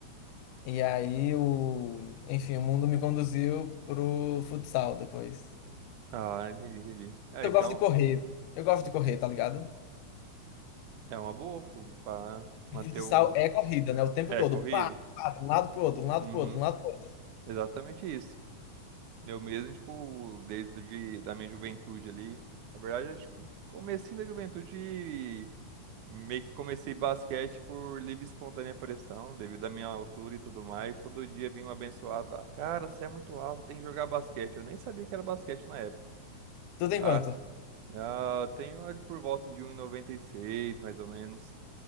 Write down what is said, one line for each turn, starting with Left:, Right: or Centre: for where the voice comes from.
Left: E aí o. Enfim, o mundo me conduziu pro futsal depois.
Right: Ah, entendi, entendi. É,
Left: Eu
Right: então
Left: gosto de correr. Eu gosto de correr, tá ligado?
Right: é uma boa, pô, pra manter
Left: E futsal
Right: o.
Left: é corrida, né? O tempo
Right: É,
Left: todo.
Right: corrido?
Left: Pá, pá, de um lado pro outro, de um lado
Right: Uhum,
Left: pro outro, de um lado pro outro.
Right: exatamente isso. Eu mesmo, tipo, desde de, da minha juventude ali. Na verdade, acho que no comecinho da juventude, meio que comecei basquete por livre e espontânea pressão, devido à minha altura e tudo mais. Todo dia vinha um abençoado lá. Cara, você é muito alto, tem que jogar basquete. Eu nem sabia que era basquete na época.
Left: Tu tem
Right: Ah,
Left: quanto?
Right: ah, tenho ali por volta de um e noventa e seis mais ou menos.